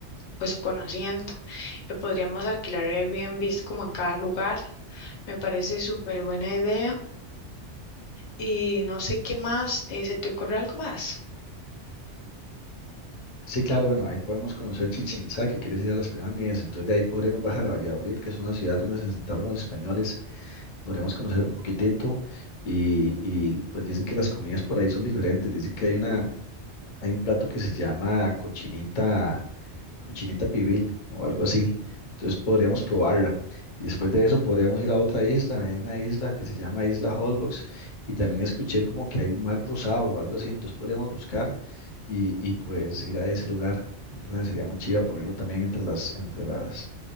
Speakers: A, on the left; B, on the left.
A: pues conociendo. Eh, podríamos alquilar Airbnb como en cada lugar. Me parece súper buena idea. Y no sé qué más, eh, ¿se te ocurre algo más?
B: Sí, claro, bueno, ahí podemos conocer Chichén Itzá, que quieres ir a las pirámides, entonces de ahí podríamos bajar a Valladolid, que es una ciudad donde se asentaron los españoles podremos conocer un poquitito y, y, pues dicen que las comidas por ahí son diferentes, dicen que hay una, hay un plato que se llama cochinita, cochinita pibil o algo así, entonces podríamos probarla y después de eso podríamos ir a otra isla, hay una isla que se llama Isla Holbox y también escuché como que hay un mar rosado o algo así, entonces podríamos buscar y, y pues ir a ese lugar, ¿verdad? Sería muy chiva ponerlo también entre las, entre las